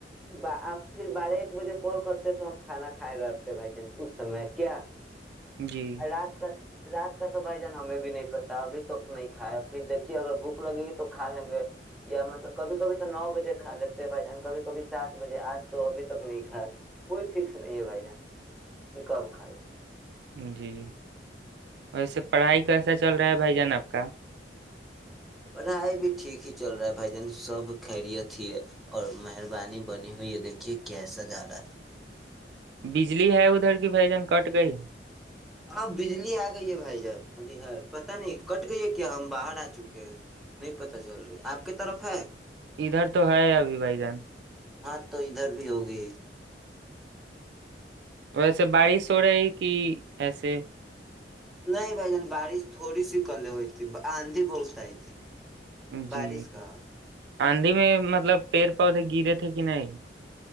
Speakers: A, in the centre; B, on the right.
A: آپ پھر بارہ ایک بجے کال کرتے تو ہم کھانا کھائے رہ آتے بھائی جان اس سمے کیا
B: جی
A: اللہاز کا رات کا تو بھائی جان ہمیں بھی نہیں پتا ابھی توک نہیں کھایا پھر دیکھیے اگر بھوک لگے گی تو کھا لیں گے یا مطلب کبھی کبھی تو نو بجے کھا لیتے بھائی جان کبھی کبھی سات بجے آج تو ابھی تک نہیں کھایا کوئی فکس نہیں ہے بھائی جان کہ کب کھا لے
B: جی وسے پڑھائی کیسا چل رہا ہے بھائی جان آپ کا
A: پڑھائی بھی ٹھیک ہی چل رہا ہے بھائی جان سب خیریت ہے اور مہربانی بنی ہوئی یہ دیکھیے کیسا جا رہا ہے
B: بجلی ہے ادھر کی بھائی جان کٹ گئی
A: آب بجلی آ گئی ہے بھائی جان ابھی ہے پت نہیں کٹ گئی کیا ہم باہر آ چکے ہیں نہیں پتا چل رہی آپ کی طرف ہے
B: ادھر تو ہے ابھی بھائی جان
A: ہاں تو ادھر بھی ہوگی
B: ویسے بارش ہو رہی کہ ایسے
A: نہیں بھائی جان بارش تھوڑی سی کلے ہوئی تھی آندھی بہت آئی تھی بارش
B: جی
A: کا
B: آندھی میں مطلب پیڑ پودے گرے تھے کہ نہیں